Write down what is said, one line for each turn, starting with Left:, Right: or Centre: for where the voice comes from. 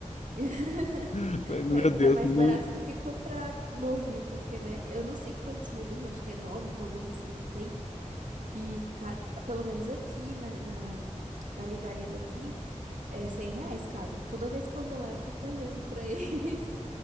Right: <laughs>
Left: <laughs>
Right: É,
Left: Meu Deus,
Right: tá mais
Left: não.
Right: barato do que comprar novinho, porque, né? Eu não sei quantos volumes, acho que é nove volumes que ele tem. E ca- pelo menos aqui na, na, na livraria daqui é 100 reais cada. Toda vez que eu vou lá, eu fico olhando pra <laughs> eles.